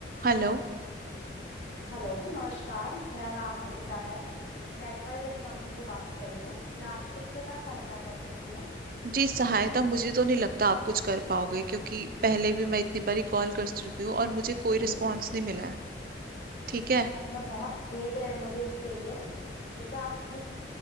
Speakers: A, on the right (about 50°); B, on the left (about 65°).
A: हेलो
B: हेलो नमस्कार मेरा नाम अंकिता है मैं XYZ कंपनी से बात कर रही हूँ मैं आपकी किस प्रकार सहायता कर सकती हूँ
A: जी सहायता मुझे तो नहीं लगता आप कुछ कर पाओगे क्योंकि पहले भी मैं इतनी बारी कॉल कर चुकी हूँ और मुझे कोई
B: जी
A: रिस्पांस नहीं मिला है ठीक है
B: मैं बहुत खेद है मुझे इसके लिए कृपया आप अपनी